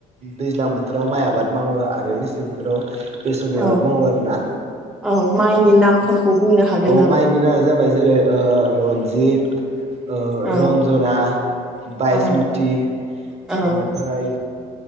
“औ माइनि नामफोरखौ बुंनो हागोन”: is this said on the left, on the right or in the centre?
Centre